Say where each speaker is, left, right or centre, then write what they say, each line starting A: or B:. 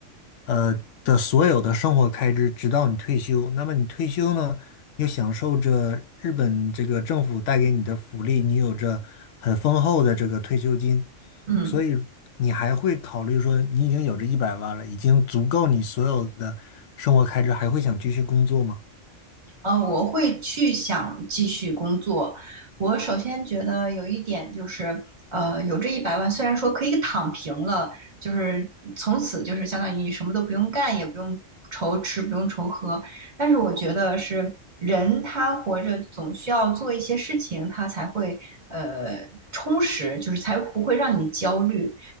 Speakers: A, on the left; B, on the right.
A: 呃的所有的生活开支，直到你退休。那么你退休呢，又享受着日本这个政府带给你的福利，你有着很丰厚的这个退休金，
B: 嗯。
A: 所以你还会考虑说，你已经有这一百万了，已经足够你所有的生活开支，还会想继续工作吗？
B: 嗯，我会去想继续工作。我首先觉得有一点就是，呃，有这一百万，虽然说可以躺平了，就是从此就是相当于你什么都不用干，也不用愁吃，不用愁喝，但是我觉得是人他活着总需要做一些事情，他才会呃充实，就是才不会让你焦虑。